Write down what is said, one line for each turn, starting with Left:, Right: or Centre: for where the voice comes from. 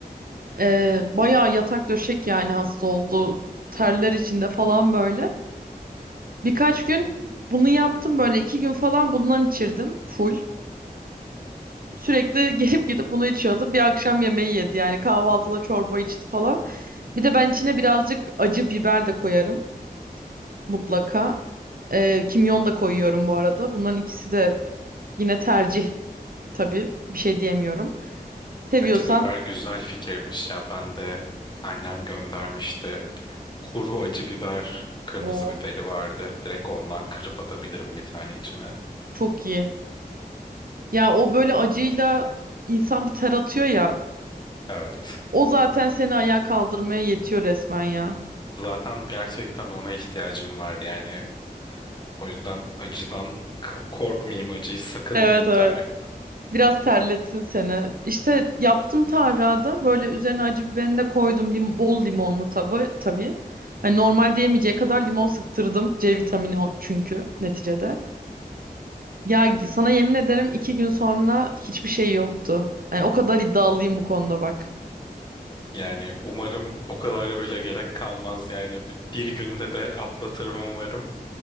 Right: Ee, bayağı yatak döşek yani hasta oldu. Terler içinde falan böyle. Birkaç
Left: Hı hı.
Right: gün bunu yaptım böyle iki gün falan bundan içirdim full. Sürekli <laughs> gelip gidip bunu içiyordu. Bir akşam yemeği yedi yani kahvaltıda çorba içti falan. Bir de ben içine birazcık acı biber de koyarım mutlaka. Ee, kimyon da koyuyorum bu arada. Bunların ikisi de yine tercih Tabii bir şey diyemiyorum. Seviyorsan
Left: Acı biber güzel fikirmiş ya. Ben de annem göndermişti. Kuru acı biber, kırmızı
Right: o
Left: biberi vardı. Direkt ondan kırıp atabilirim bir tane içine.
Right: çok iyi. Ya o böyle acıyla insan bir ter atıyor ya.
Left: Evet.
Right: O zaten seni ayağa kaldırmaya yetiyor resmen ya.
Left: Zaten gerçekten ona ihtiyacım var yani. O yüzden acıdan k- korkmayayım, acıyı sakınmayayım
Right: Evet evet.
Left: tarif.
Right: Biraz terletsin seni. İşte yaptım tarhana böyle üzerine acı biberini de koydum. Lim bol limonlu tabi tabii. Hani normalde yemeyeceği kadar limon sıktırdım. C vitamini o- çünkü neticede. Ya sana yemin ederim iki gün sonra hiçbir şey yoktu. Hani o kadar iddialıyım bu konuda bak.
Left: Yani umarım o kadar bile gerek kalmaz yani. Bir, bir günde de atlatırım umarım.